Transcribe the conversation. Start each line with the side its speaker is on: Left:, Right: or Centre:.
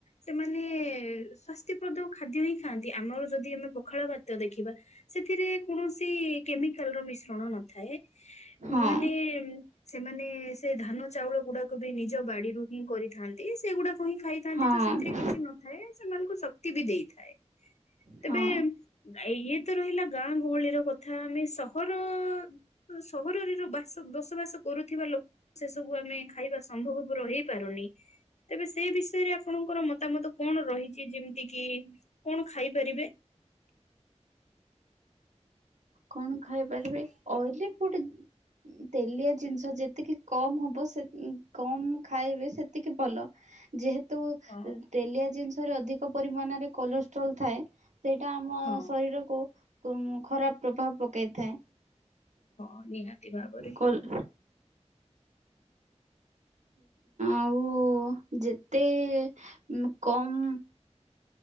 Left: ସେମାନେ ସ୍ଵାସ୍ଥିପ୍ରଦ ଖାଦ୍ୟ ହିଁ ଖାଆନ୍ତି ଆମର ଯଦି ଆମେ ପଖାଳ ଭାତ ଦେଖିବା ସେଥିରେ କୌଣସି କେମିକାଲର ମିଶ୍ରଣ କଣ ନଥାଏ
Right: ହଁ
Left: ମାନେ ସେମାନେ ସେ ଧାନ ଚାଉଳ ଗୁଡ଼ା କୁ ବି ନିଜ ପା ବାଡ଼ିରୁ ହିଁ କରିଥାନ୍ତି ସେଗୁଡ଼ାକ ତାକୁ ହିଁ ଖାଇଥାନ୍ତି
Right: ହଁ
Left: ତ ସେଥିରେ କିଛି ନଥାଏ ସେମାନଙ୍କୁ ଶକ୍ତି ବି ଦେଇଥାଏ। ତେବେ
Right: ହଁ
Left: ଆ ଇଏ ତ ରହିଲା ଗାଁ ଗହଳି ର କଥା ଆମେ ସହର ସହରରେ ର ବାସ ବସବାସ କରୁଥିବା ଲୋକ ସେ ସବୁ ଆମେ ଖାଇବା ସମ୍ଭବ ପୁର ହେଇପାରୁନି ତେବେ ସେଇ ବିଷୟରେ ଆ ପଣଙ୍କର ମତାମତ କଣ ରହିଚି ଯେମିତି କି କଣ ଖାଇପାରିବେ?
Right: କଣ ଖାଇପାରିବେ ଅଇଲି ଫୁଡ ତେଲିଆ ଜିନିଷ ଯେତିକି କମ ହବ ସେ କମ ଖାଇବେ ସେତିକି ଭଲ। ଯେହେତୁ
Left: ହଁ
Right: ତେଲିଆ ଜିନିଷରେ ଅଧିକ ପରିମାଣରେ କଲେଷ୍ଟ୍ରୋଲ ଥାଏ। ସେଇଟା ଆମ
Left: ହଁ
Right: ଶରୀରକୁୁ ଖରାପ ପ୍ରଭାବ ପକାଇଥାଏ।
Left: ହଁ ନିହାତି ଭାବରେ।
Right: କୋଲ୍ ହଁ। ଆଉ ଯେତେ ଉଁ କମ୍